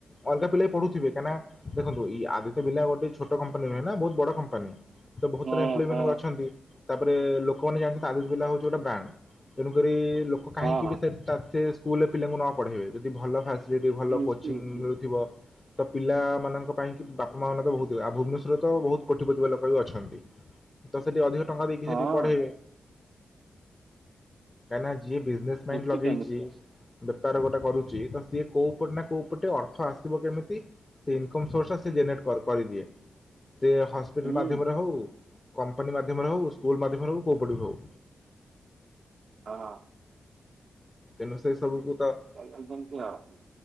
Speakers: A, on the left; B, on the right.
A: ଅଲଗା ପିଲା ବି ପଢ଼ୁଥିବେ କାହିଁକିନା ଦେଖନ୍ତୁ ଏଇ ଆଦିତ୍ୟ ବିର୍ଲା ଗୋଟେ ଛୋଟ କମ୍ପାନୀ ନୁହେଁ ନା ବହୁତ ବଡ କମ୍ପାନୀ ତ ବହୁତ
B: ଓହୋ
A: ଗୁରା ଏମ୍ପ୍ଲୋଇ ମାନେ ବି ଅଛନ୍ତି ତାପରେ ଲୋକ କମାନେ ଜାଣିଛନ୍ତି ଆଦିତ୍ୟ ବିର୍ଲା ହଉଛି ଗୋଟେ ବ୍ରାଣ୍ଡ ତେଣୁକରି ଲୋକ କାହିଁକି
B: ହଁ ହଁ।
A: ବି ସେ ତା ସେ ସ୍କୁଲରେ ପିଲାଙ୍କୁ ନ ପଢ଼େଇବେ ଯଦି ଭଲ ଫ୍ୟାସିଲିଟି ଭଲ
B: ନିଶ୍ଚିତ
A: କୋଚିଂ
B: ନିଶ୍ଚ
A: ମିଳୁଥିବ ତ ପିଲାମାନଙ୍କ ପାଇଁକି ବାପା ମାଁ ମାନଙ୍କ ବହୁତ ହୁଏ ଆଉ ଭୁବନେଶ୍ୱରରେ ତ ବହୁତ କୋଟିପତିି ବାଲା ଲୋକ ବି ଅଛନ୍ତି। ତ ସେଠି ଅଧିକ ଟଙ୍କା ଦେଇକି
B: ହଁ
A: ସେଠି ପଢେଇବେ କାହିଁ ନା ଯିଏ ବିଜନେସ ମାଇଣ୍ଡ
B: ନିଶ୍ଚିତ
A: ଲଗେଇଛି
B: ନିଶ୍ଚିତ
A: ବେପାର ଗୋଟେ କରୁଛି ତ ସିଏ କୋଉ ପଟେ ନା କୋଉ ପଟେ ଅର୍ଥ ଆସିବ କେମିତି ସେ ଇନ୍କମ ସୋର୍ସ ସେ ଜେନ୍ରେଟ କର କରି ଦିଏ ସେ ହସ ପିଟାଲ
B: ହୁଁ
A: ମାଧ୍ୟମରେ ହଉ, କମ୍ପାନୀ ମାଧ୍ୟମରେ ହଉ, ସ୍କୁଲ ମାଧ୍ୟମରେ ହଉ କୋଉ ପଟୁ ଭି ହୋଉ
B: ହଁ।
A: ତେଣୁ ସେ ସବୁକୁ ତ
B: <inaudible>